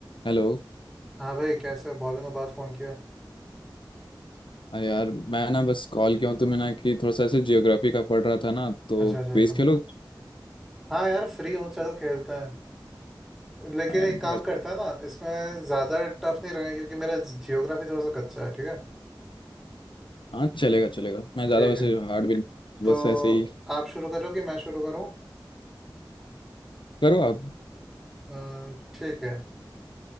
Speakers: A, on the left (about 75°); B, in the centre.
A: Hello
B: हाँ भाई कैसे हो? बहुत दिनों बाद फोन किया
A: अरे यार मैं ना बस कॉल किया हूँ तुम्हें ना कि थोड़ा सा ऐसे जियोग्राफी का पढ़ रहा था ना तो
B: अच्छा
A: क्विज
B: अच्छा अच्छा
A: खेलो
B: हाँ यार फ्री हूँ चलो खेलते हैं लेकिन
A: हाँ यार,
B: एक काम
A: बस-
B: करता है ना इसमें ज़्यादा टफ नहीं रहेगा क्योंकि मेरा जियोग्राफी थोड़ा सा कच्चा है ठीक है
A: हाँ, चलेगा चलेगा मैं ज़्यादा
B: ठीक
A: वैसे
B: है
A: हार्ड भी नहीं-
B: तो
A: बस ऐसे ही
B: आप शुरू करो कि मैं शुरू करूँ
A: करो आप
B: हम्म, ठीक है